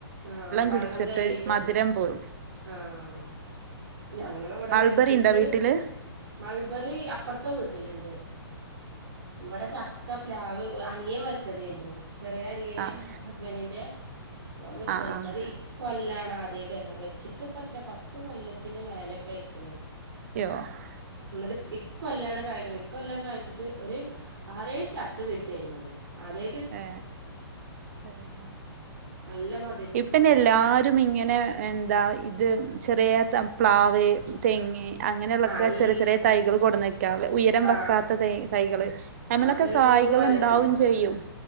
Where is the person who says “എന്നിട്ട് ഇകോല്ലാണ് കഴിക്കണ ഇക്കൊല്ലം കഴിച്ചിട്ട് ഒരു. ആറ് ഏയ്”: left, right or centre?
Right